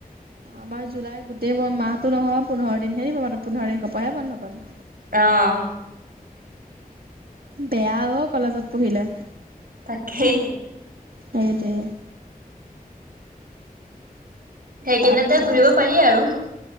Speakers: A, on the right; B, on the right.
A: আমাৰ জুলাই গোটেই মাহটো নহয় পোন্ধৰ দিন হেৰি মাত্ৰ পোন্ধৰ তাৰিখৰ পৰাহে বন্ধ পাম।
B: আহ।
A: বেয়া অ কলেজত পঢ়িলে।
B: তাকে।
A: সেইটোৱে।
B: সেইকেইদতে
A: তাৰপিছত
B: ঘুৰিব পাৰি আৰু।